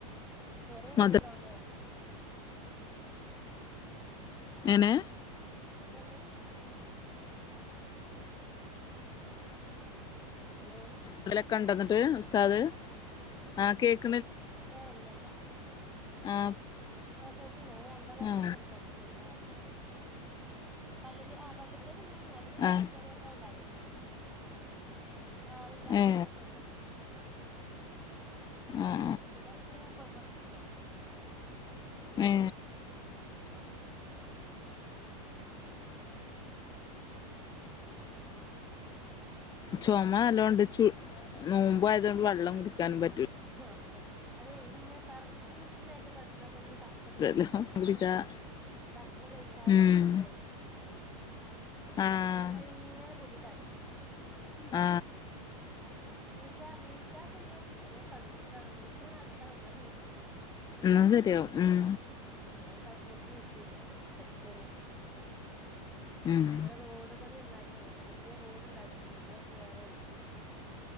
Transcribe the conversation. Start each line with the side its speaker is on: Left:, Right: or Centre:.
Centre: ചോറ് തിന്ന്ണ്ടാവൂലേ
Left: മദ എങ്ങനെ
Centre: എതേന്ന് ഹലോ
Left: അതിലൊക്കെണ്ടന്നിട്ട് ഉസ്താദ് ആ കേക്
Centre: ആഹ് ഇല്ല ഇല്ല
Left: ആ
Centre: ഞാൻ കേട്ടുണ്ട് ഞാൻ രണ്ടാളും ഒപ്പം
Left: ആ
Centre: സംസാരിച്ചപ്പോൾ എന്താ പറഞ്ഞേന്ന് കേട്ട് പള്ളിക്കൻ ആ പള്ളിക്കൽ ഇ പള്ളിക്കല്
Left: ആ
Centre: വ ചെലേപ്പളെ ഇണ്ടായിനുള്ളൂ ആ ആളില്ലാഞ്ഞാലെക്കെ
Left: ഏ
Centre: ഉണ്ടാക്കുള്ളൂ
Left: ആഹ്
Centre: സ്ഥിരമായിട്ട് ഓന് പഴേ മദ്രസ്സ്ലാ
Left: ഏ ചൊമ
Centre: വേറെത്തന്നെ
Left: നല്ലോണ്ട് ചു നോമ്പായതൊണ്ട് വള്ളം കുടി ടിക്കാൻ പറ്റൂ
Centre: ആ അതെ അതെ ഇങ്ങനെ കർ ഇൻകി ഉച്ച നേരത്ത് കടന്നതന്നെ <unintelligible> കഫക്കെട്ടിൻ്റാതിരി
Left: പറ്റൂലല്ലോ
Centre: വെരും
Left: കുടിച്ചാ
Centre: ഭക്ഷണം കഴിച്ചാതെ
Left: ഉം
Centre: കടക്കുമ്പളേ
Left: ആഹ്
Centre: കഫക്കെട്ടിൻ്റാതിരിങ്ങനെ കൊല്ലത <unintelligible>
Left: ആ
Centre: നീച്ചാ നീച്ചാ സെര്യാവും ബടങ്ങനെ കടന്ന്ട്ടാണ് നീച്ച് നടക്കണം ന്നാ സെര്യാവും
Left: എന്ന സെര്യാവും ഉം
Centre: ഉം ഞാ ഈ കടന്നോട് നീച്ചില്ല ഇവടെ കുത്തർക്കെന്നെ
Left: ഉം
Centre: ഇവടെ റോഡ് പണി നന്നാ ആൾക്കാര പുതിയ റോഡ് ണ്ടാക്കീണ് ഞങ്ങളട്ന്ന് വേറെ വയിക്ക്